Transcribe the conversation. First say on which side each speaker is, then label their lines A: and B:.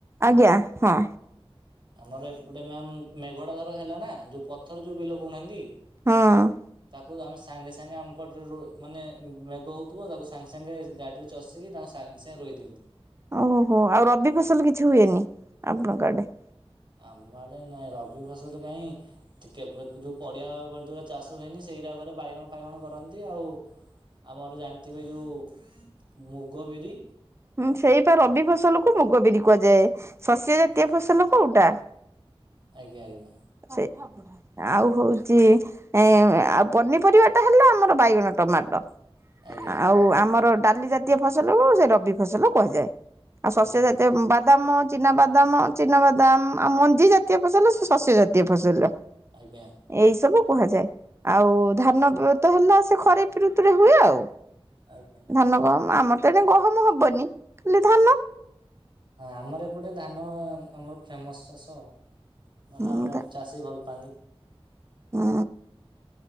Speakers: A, on the right; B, on the right.
A: ଆଜ୍ଞା ହଁ।
B: ଆମର ଏପଟେ ମ୍ୟାମ୍ ମେଘଟା ଧର ହେଲା ନା ଯୋଉ ପଥର ଯୋଉ ବିଲ କୋହୁନାହାନ୍ତି
A: ହଁ
B: ତାକୁ ଆମେ ସାଙ୍ଗେ ତାଙ୍କେ ଆମ ପଟରେ ରୋ ମାନେ ମେଗ ହୋଉଥୁବ ତାକୁ ସାଙ୍ଗେ ସାଙ୍ଗେ ଗାଡ଼ିରେ ଚଷିକି ତାଙ୍କୁ ସାଙ୍ଗେ ସାଙ୍ଗେ ରୋଇ ଦିଅନ୍ତି।
A: ଓହୋ ହୋ ଆଉ ରବି ଫସଲ କିଛି ହୁଏନି ଆପଣଙ୍କ ଆଡ଼େ?
B: ଆମ ଆଡେ ନାଇଁ ରବି ଫସଲ କାଇଁ ଟିକେ ବେକୁ ଯୋଉ ପଡିଆ ଉଅ ଯୋଉରା ଚାଷ ହୁଏନି ସେଇରାକରେ ବାଇଗଣ ଫାଇଗଣ କରନ୍ତି ଆଉ। ଆମର ଜାଣିଥିବେ ଯୋଉ ମୁଗ ବିରି।
A: ହୁଁ ସେଇ ପା ରବି ଫସଲକୁୁ ମୁଗ ବିରି କୁହାଯାଏ ଶସ୍ୟ ଜାତୀୟ
B: ଆ-
A: ଫସଲ କୋଉଟା?
B: ଆଜ୍ଞା ଆଜ୍ଞା।
A: ସେଇ ଆଉ ହଉଚି ଏଁ ଆଉ ପନିପରିବା ଟା ହେଲା ଆମର ବାଇଗଣ ଟମାଟ
B: ଆଜ୍ଞା
A: ଆଉ ଆମର ଡାଲି ଜା ତୀୟ ଫସଲକୁ ସେ ରବି ଫସଲ କୁହାଯାଏ। ଆଉ ଶସ୍ୟ
B: ଆଜ୍ଞା
A: ଜାତୀୟ ବା ଦାମ ଚିନାବାଦାମ ଚିନାବାଦାମ ଆଉ ମଞ୍ଜି ଜାତୀୟ ଫସଲ ସେସ ଏ ଜାତୀୟ ଫସଲରା ଏ
B: ଆଜ୍ଞା
A: ଏଇ ସବୁ କୁହାଯାଏ। ଆଉ ଧାନ ତ ହେଲା ସେ ଖରିପି ଋତୁରେ ହୁଏ ଆଉ।
B: ଆଜ୍ଞା।
A: ଧାନ ଗହମ ଆମର ତ ଏଣେ ଗହମ ହବନି ଖାଲି ଧାନ୍
B: ହଁ ଆମର ଏପଟେ ଧାନ ଆମର ଫେମସ ଚାଷ। ମାନେ
A: ହୁଁ
B: ଆମର ଚାଷୀ ଭଲ ପାଆନ୍ତି।
A: ଉଁ।